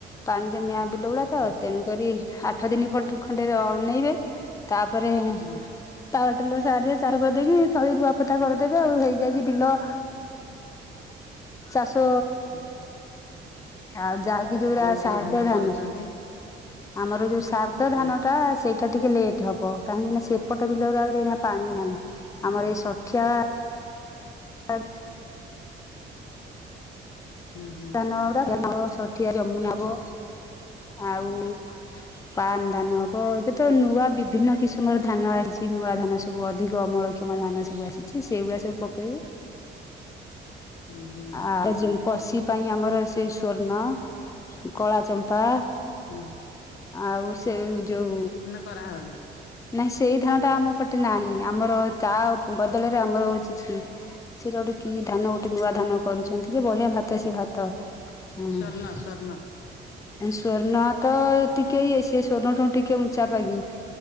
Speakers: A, on the left; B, on the left.
A: ପାଣି ଜମିଆ ବିଲ
B: ହୁଁ
A: ଗୁଡାତ ତେଣୁକରି ଆଠ ଦିନ ଖଣ୍ଡେ ଅନେଇବେ। ତାପରେ
B: ହୁଁ
A: <unintelligible> ଦେଇକି ସବୁ ରୁଆପୋତା କରିଦେବେ ଆଉ ହେଇଯାଇଛି ବିଲ। ଚାଷ
B: ହୁଁ
A: ଆଉ ଅଛି ନାଯୋଉରା
B: କୋଉ
A: ସାରଧ
B: କୋଉ
A: ଧାନ
B: କରୁଛନ୍ତି?
A: ଆମର ଯୋଉ ସାରଧ
B: ହୁଁ
A: ଧାନ ଟା ସେଇଟା ଟିକେ ଲେଟ୍ ହବ କାହିଁକି ନା ସେପଟ ବିଲ ଗୁରାକରେ ଏଇନା ପାଣି ନାହିଁ ଆମର ଏଇ ସଠିଆ <inaudible>
B: ହୁଁ ହୁଁ
A: ଧାନଗୁରା ଆମର ସଠିଆ ଜମି ନବ ଆଉ ପାନ୍ ଧାନ ହବ ଏବେ ତ ନୂଆ ବିଭିନ୍ନ କିସମର ଧାନ ଆସ୍ ଛି ନୂଆ ଧାନ ସବୁ ଅଧିକ ଅମଳ କ୍ଷମ ଧାନ ସବୁ ଆସିଛି ସେଇଗୁରା ସବୁ ପକେଇବେ।
B: ହୁଁ ହୁଁ
A: ଆଉ ଯୋଉ ପଶି ପାଇଁ ଆମର ସେଇ ସ୍ଵର୍ଣ୍ଣ, କଳା ଚମ୍ପା।
B: ହୁଁ
A: ଆଉ ସେ ଯୋଉ
B: କରାହବନି।
A: ନାଇଁ ସେଇ ଧାନ ଟା ଆମ ପଟେ ନାହିଁ ଆମର ତା ବଦଳରେ ଆମର ହୋଉଛି ସେଇଟା ଗୋଟେ କି ଧାନ ଗୋଟେ ନୂଆ ଧାନ କରିଛନ୍ତି ଯେ ବଢିଆ ଭାତ ସେ ଭାତ। ହୁଁ।
B: ସ୍ଵର୍ଣ୍ଣ ସ୍ଵର୍ଣ୍ଣ
A: ସ୍ବର୍ଣ୍ଣ ତ ଟିକେ ଇଏ ସେ ସ୍ଵର୍ଣ୍ଣ ଠୁ ଟିକେ ଉଞ୍ଚା ପାଗିଲି।